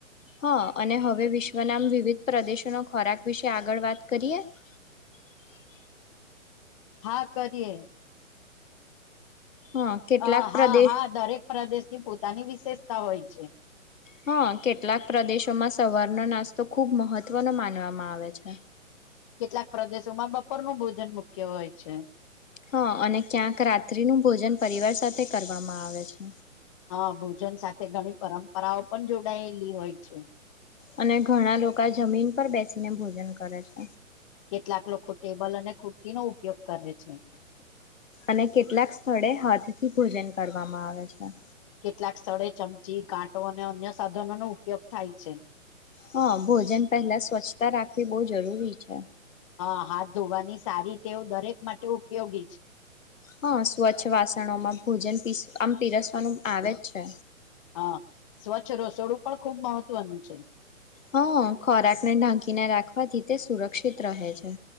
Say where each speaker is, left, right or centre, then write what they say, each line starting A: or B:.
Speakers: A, on the left; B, on the left.
A: હા અને હવે વિશ્વના વિવિધ પ્રદેશોનો ખોરાક વિશે આગળ વાત કરીએ <unintelligible>
B: હા કરીએ.
A: હા કેટલાક
B: અ
A: પ્રદેશ
B: હા હા દરેક પ્રદેશની પોતાની વિશેષતા હોય છે.
A: હા કેટલાક પ્રદેશોમાં સવારનો નાસ્તો ખુબ મહત્વનો માનવામાં આવે છે
B: કેટલાક પ્રદેશોમાં બપોરનુંું ભોજન મુખ્ય હોય છે
A: હા અને ક્યાંક રાત્રિ નું ભોજન પરિવાર સાથે કરવામાં આવે છે
B: હા ભોજન સાથે ઘણી પરંપરાઓ પણ જોડાયેલી હોય છે
A: અને ઘણા લોકો આ જમીન પર બેસીને ભોજન કરે છે
B: કેટલાક લોકો ટેબલ અને કુર્તી નો ઉપયોગ કરે છે
A: અને કેટલાક સ્થળે હાથ થી ભોજન કરવામાં આવે છે
B: કેટલાક સ્થળે ચમચી ગાંટો અને અન્ય સાધનો નો ઉપયોગ થાય છે
A: હા ભોજન પહેલા સ્વચ્છતા રાખવી બહુ જરૂરી છે
B: હા હાથ ધોવાની સારી તેવ દરેક માટે ઉપયોગી છે
A: હા સ્વચ્છ વાસણોમાં ભોજન પસ આમ પીરસવાનું આવે જ છે
B: હા સ્વચ્છ રસોડું પણ ખુબ મહત્વનું છે
A: હા ખોરાકને ઢાંકીને રાખવાથી તે સુરક્ષિત રહે છે